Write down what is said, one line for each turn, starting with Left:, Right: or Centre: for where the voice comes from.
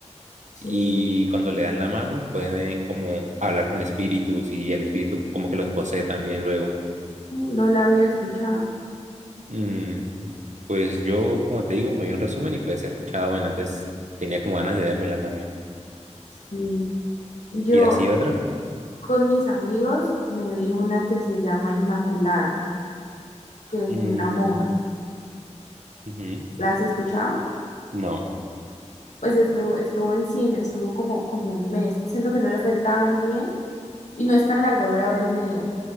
Left: Sí,
Right: y cuando le dan la mano pueden como hablar con espíritus y el espíritu como que los posee también luego.
Left: no la había escuchado.
Right: Mm, pues yo, como te digo, me vi un resumen y pues he escuchado, bueno, entonces tenía como ganas de vérmela también.
Left: Sí. Yo,
Right: Y así otra,
Left: Con mis amigos me vi una que se llama Inmaculada, que es
Right: mm,
Left: de una monja.
Right: ujú,
Left: ¿La has escuchado?
Right: no,
Left: Pues estuvo, estuvo en cine, estuvo como, como un mes. Siento que no le fue tan bien y no es tan larga, dura hora y media.